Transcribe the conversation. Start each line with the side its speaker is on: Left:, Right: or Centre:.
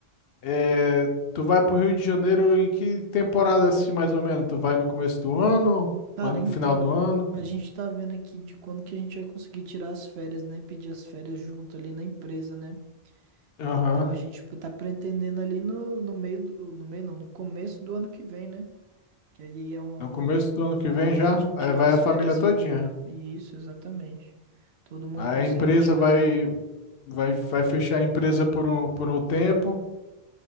Left: É, tu vai pro Rio de Janeiro em que temporada assim, mais ou menos? Tu vai no começo do ano?
Right: Cara,
Left: Vai no
Right: então,
Left: final do ano?
Right: a gente tá vendo aqui de quando que a gente vai conseguir tirar as férias, né? Pedir as férias junto ali na empresa, né?
Left: Aham.
Right: Então a gente tipo, tá pretendendo ali no, no meio do, no meio não, no começo do ano que vem, né? Que aí é um.
Left: No começo do ano que vem
Right: É
Left: já?
Right: ti-
Left: Aí
Right: tirar
Left: vai
Right: umas
Left: a família
Right: fériasinha
Left: todinha.
Right: boa. Isso, exatamente. Todo mundo
Left: Aí
Right: consegue
Left: a empresa
Right: tirar.
Left: vai, vai, vai fechar a empresa por um, por um tempo.